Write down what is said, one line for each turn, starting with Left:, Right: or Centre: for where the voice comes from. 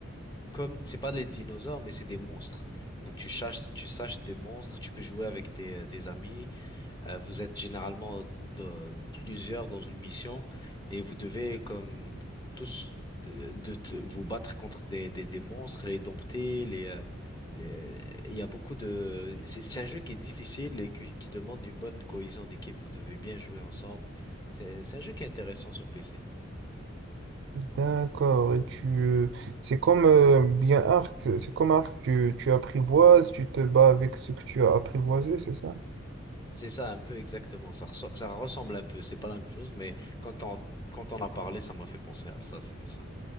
Left: comme c'est pas les dinosaures mais c'est des monstres. Donc tu chasses tu saches des monstres, tu peux jouer avec tes euh, tes amis, Euh, vous êtes généralement de- plusieurs dans une mission et vous devez comme tous euh, de, te- vous battre contre des des, des monstres, les dompter, les euh, les il y a beaucoup de c'est c'est un jeu qui est difficile et que- qui demande une bonne cohésion d'équipe, vous devez bien jouer ensemble. C'est c'est un jeu qui est intéressant sur PC.
Right: D'accord, et tu, euh, c'est comme euh, bien Arc, c'est c'est comme Arc, tu, tu apprivoises, tu te bats avec ce que tu as apprivoisé, c'est ça?
Left: C'est ça, un peu exactement. Ça, resso- ça ressemble un peu. C'est pas la même chose, mais quand on, quand on a parlé, ça m'a fait penser à ça. C'est pour ça.